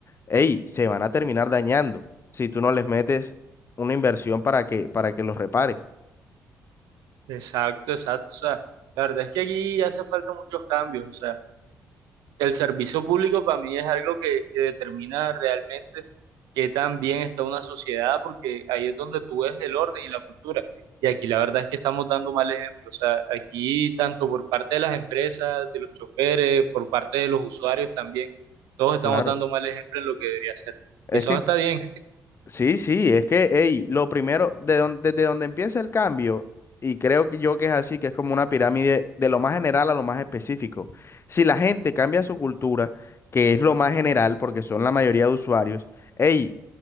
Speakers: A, on the left; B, on the right.
A: hey, se van a terminar dañando si tú no les metes una inversión para que, para que los reparen.
B: Exacto, exacto, o sea, la verdad es que aquí hace falta muchos cambios, o sea. El servicio público para mí es algo que, que determina realmente qué tan bien está una sociedad, porque ahí es donde tú ves el orden y la cultura. Y aquí la verdad es que estamos dando mal ejemplo. O sea, aquí tanto por parte de las empresas, de los choferes, por parte de los usuarios también, todos estamos
A: Claro.
B: dando mal ejemplo en lo que debería ser.
A: Es
B: Y eso
A: que
B: no está bien.
A: Sí, sí, es que, ey, lo primero, de don- desde donde empieza el cambio, y creo que yo que es así, que es como una pirámide de lo más general a lo más específico. Si la gente cambia su cultura, que es lo más general, porque son la mayoría de usuarios, ey,